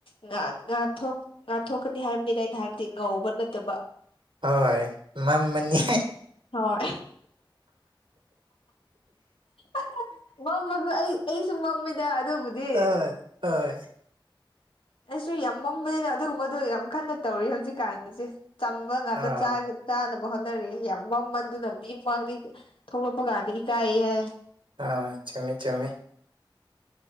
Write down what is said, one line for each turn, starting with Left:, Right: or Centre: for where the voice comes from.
Left: ꯉꯥꯟ ꯉꯥꯟꯊꫭꯛ ꯉꯥꯟꯊꯣꯛꯀꯅꯤ ꯍꯥꯏꯕꯅꯤ꯫ ꯏꯗ ꯑꯩꯅ ꯍꯥꯏꯕꯗꯤ ꯉꯧꯕ ꯅꯠꯇꯕ꯫
Right: ꯍꯣꯏ ꯃꯝꯑꯅꯤ꯫
Left: ꯍꯣꯏ꯫ ꯑꯍ ꯃꯝꯕꯗꯤ ꯑꯩ ꯑꯩꯁꯨ ꯃꯝꯃꯤꯗ꯫ ꯑꯗꯨꯕꯨꯗꯤ
Right: ꯑ ꯍꫭꯏ꯫
Left: ꯑꯩꯁꯨ ꯌꯥꯝ ꯃꯝꯕꯅꯤꯅ ꯑꯗꯨꯒꯨꯝꯕꯗꯣ ꯌꯥꯝ ꯀꯟꯅ ꯇꯧꯔꯤ ꯍꯧꯖꯤꯛꯀꯥꯟꯁꯤ꯫ ꯆꯝꯕꯉꯥꯇ
Right: ꯑꯥ
Left: ꯆꯥꯒꯤ ꯆꯥꯅ ꯕ ꯍꯣꯠꯅꯔꯤ ꯌꯥꯝ ꯃꯃꯟꯗꯨꯅ ꯃꯤꯃꯥꯡꯗꯤ ꯊꯣꯛꯂꯛꯄ ꯀꯥꯟꯗ ꯏꯀꯥꯏꯍꯦ꯫
Right: ꯑꯥ ꯆꯨꯝꯃꯤ-ꯆꯨꯝꯃꯤ꯫